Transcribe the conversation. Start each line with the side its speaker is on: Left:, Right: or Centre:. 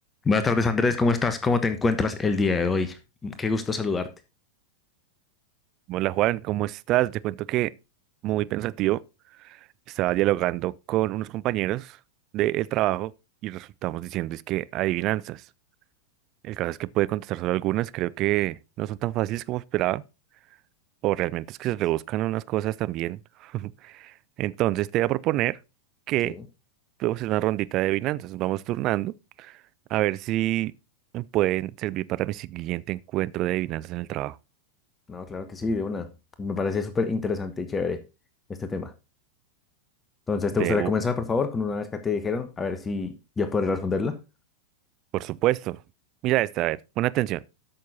Left: Buenas tardes, Andrés. ¿Cómo estás? ¿Cómo te encuentras el día de hoy? Qué gusto saludarte.
Right: Hola Juan, ¿cómo estás? Te cuento que muy pensativo, estaba dialogando con unos compañeros del trabajo y resultamos diciendo es que adivinanzas. El caso es que puede contestar solo algunas, creo que no son tan fáciles como esperaba, o realmente
Left: Bastante.
Right: es que se rebuscan unas cosas también. <laughs> Entonces te voy a proponer que
Left: Sí,
Right: podemos hacer una rondita de adivinanzas, nos vamos turnando a ver si me pueden servir para mi siguiente encuentro de adivinanzas en el trabajo.
Left: no, claro que sí, de una. Me parece súper interesante y chévere este tema. Entonces,
Right: De,
Left: ¿te gustaría comenzar, por favor, con una vez que te dijeron? A ver si yo podré responderla.
Right: por supuesto. Mira esta, a ver, pon atención.